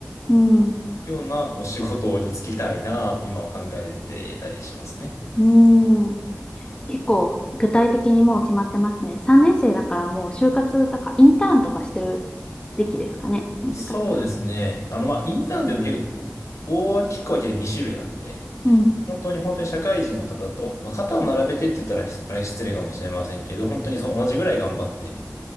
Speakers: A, on the left; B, on the left.
A: うん。
B: ようなお仕事に就きたいなと今は考えてたりしますね。
A: うん。結構具体的にもう決まってますね。3年生だからもう就活とかインターンとかしてる時期ですかね。もしかしたら。
B: そうですね。あの、まあ、インターンってでも結構大きく分けて2種類あって、
A: うん。
B: 本当に本当に社会人の方と、まあ、肩を並べてって言ったらあれ失礼かもしれませんけど、本当にその同じぐらい頑張って、